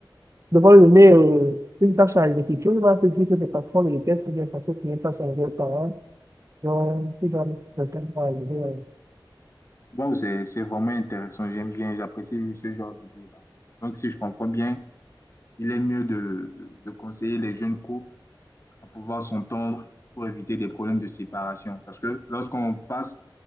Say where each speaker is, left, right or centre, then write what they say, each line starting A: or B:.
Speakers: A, on the right (about 40°); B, on the left (about 35°).
A: devoir lui donner euh, une tâche à exécuter, il va se dire que c'est parce qu'on le déteste, ou bien parce que c'est une tâche à enlever aux parents. Donc, il va mettre quelqu'un pour arriver à
B: Wow, c'est, c'est vraiment intéressant. J'aime bien, j'apprécie ce genre d'idée-là. Donc, si je comprends bien, il est mieux de, de, de conseiller les jeunes couples à pouvoir s'entendre pour éviter des problèmes de séparation. Parce que lorsqu'on passe